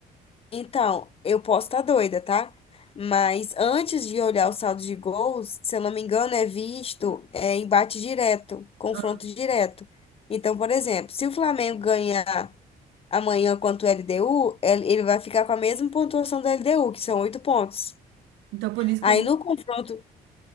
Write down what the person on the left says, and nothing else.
Então, eu posso estar doida, tá? Mas antes de olhar o saldo de gols, se eu não me engano, é visto é, embate direto, confronto
direto. Então, por exemplo, se o Flamengo ganhar amanhã contra o LDU, ele ele vai ficar com a mesma pontuação do LDU, que são oito pontos.
Aí
no confronto.